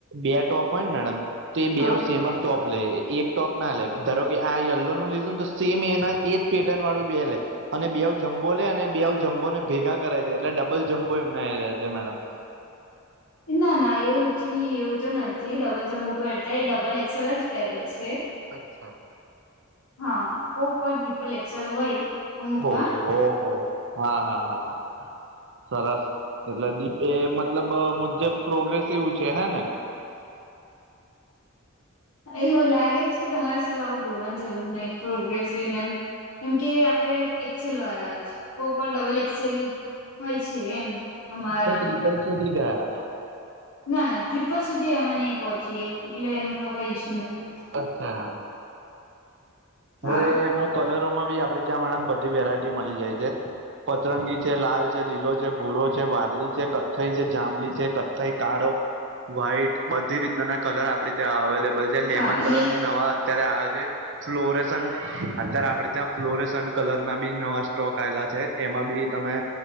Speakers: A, on the right; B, on the left.
A: બે ટોપ હોય ને મેડમ તો એ
B: હા
A: બે સેમ જ ટોપ લે એક ટોપ ના લે ધારો કે આ યલ્લો નું લીધું ને તો સેમ એના એજ પેટર્ન વાળું બે લે. અને બેવ જમ્બો લે અને બેવ જમ્બો ને ભેગા કરાઈ દે એટલે ડબલ જમ્બો એમનેયારે છે મેડમ
B: <inaudible> ના ના એવું એકચુલી એવું તો નથી ડબલ જમ્બો પણ અત્યારે એ ડબલ એક્સેલ જ પહેરે છે.
A: કચ્છા
B: હ અ કોક વાર ત્રીપલ એક્સલ હોય અમુકમાં
A: ઓહ હોહ હા હા હા સરસ એલેદીપ એ મતલબ મુજબ પ્રોગ્રેસિવ છે હે ને
B: એવુ લાગે કે તમારે સર આવું બોલવાની જરૂર નહી પ્રોગ્રેસિવ ને એમ કેમ કે આપડે એક્સેલ વાળા છે કોકવાર ડબલ એક્સેલ હોય છે એમ અમારા
A: તો ત્રિપલ સુધી ગયા.
B: ના ના ટ્રીપલ સુધી અમે નહી પહોંચીએ એટલે એનું તો કોઈ ઈસ્યુ નથી.
A: અરછા હવે
B: હા
A: એના કલરોમાં બી આપડે ત્યાં મેડમ બધી વેરાયટી મલી જાય છે. પતરંગી છે લાલ છે લીલો છે ભૂરો છે વાદળી છે કથ્થઈ છે જાંબલી છે કથ્થઈ કાળો વ્હાઈટ બધી રીતના ના કલર આપડી ત્યાં અવેલેબલ છે લેમન
B: હા એટલે
A: કલર ના નવા અત્યારે આયો છે. ફ્લોરેસન અત્યારે આપડે ત્યાં ફ્લોરેસન કલર ના બી નવા સ્ટોક આવેલા છે. એમાં બી તમે